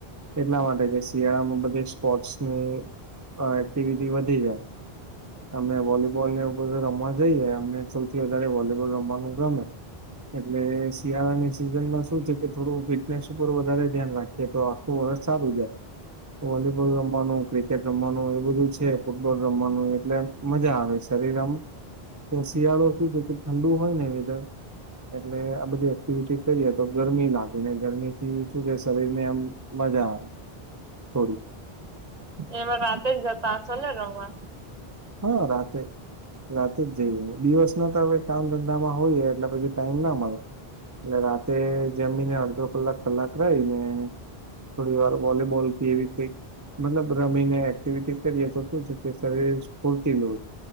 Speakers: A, on the right; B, on the right.
A: એટલા માટે કે શિયાળામાં બધી સ્પોર્ટસ ની એક્ટિવિટી વધી જાય. અમે વોલીબોલ ને એવું બધું રમવા જઈએ અમને સૌથી વધારે વોલીબોલ રમવાનું ગમે. એટલે શિયાળાની સિઝન માં શું છે કે થોડું ફિટનેસ ઉપર વધારે ધ્યાન રાખીએ તો આ ખુ સારું જાય. વોલીબોલ રમવાનું, ક્રિકેટ રમવાનું એ બધું છે, ફૂટબોલ રમવાનું એટલે મજા આવે શરીર આમ કે શિયાળો શું જો કે ઠંડુ હોય ને વેધર એટલે આ બધી એક્ટિવિટી કરીએ તો ગરમી લાગે ને ગરમી થી શું છે શરીર ને આમ મજા આવે. થોડી
B: એમાં રાતે જ જતા હશો ને રમવા?
A: હા રાતેે. રાતે જઈએ દિવસ ના તો હવે કામ ધંધામાં હોયએ એટલે પછી ટાઈમ ના મળે એટલે રાતે જમીને અડધો કલાક કલાક રહી ને થોડી વાર વોલીબોલ કે એવી કઈ મતલબ રમીને એક્ટિવિટી કરીએ તો શું છે કે શરીર? સ્ફુર્તિ લો